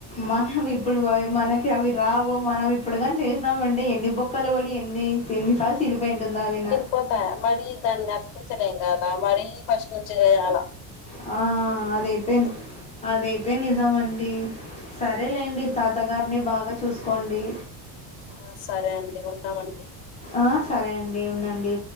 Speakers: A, on the left; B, on the left.
A: మనం ఇప్పుడు పోయి మనకి అవి రావు మనం ఇప్పుడు గని చేసినామంటే ఎన్ని బొక్కలు బడి ఎన్ని. ఎన్నిసార్లు చీలిపోయి ఉంటుందో అదిన
B: పోతాయి మరీ దాన్ని అతికిచలేం గాదా మరీ ఫస్ట్ నుంచి చేయాల.
A: హా అదైతే అదేతే ని ఉంటామండి సరేలేండి తాతగారిని బాగా చూసుకోండి.
B: ఆహ్ సరే అండి ఉంటామండి.
A: ఆహ్ సరే అండి ఉండండి.